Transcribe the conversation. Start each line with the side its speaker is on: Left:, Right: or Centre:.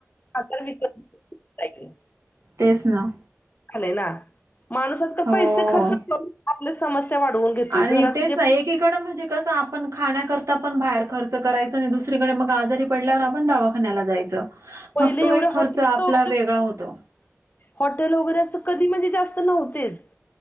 Left: आकार विकत
Right: तेच ना
Left: झाय ना माणूसात का
Right: हो
Left: पैसे खर्च करून आपल्या समस्या वाढवून. घेतोय
Right: आणि
Left: घरात
Right: तेच
Left: जे
Right: ना एकीकड म्हणजे कसं. आपण खाण्याकरता पण बाहेर खर्च करायचं, आणि दुसरीकडे मग आजारी पडल्यावर, आपण दवाखान्याला जायचं.
Left: पहिले
Right: मग तो
Left: एवढे
Right: एक खर्च
Left: हॉटेल
Right: आपला वेगळा होतो.
Left: हॉटेल वगैरे अस कधी म्हणजे जास्त नव्हतेच,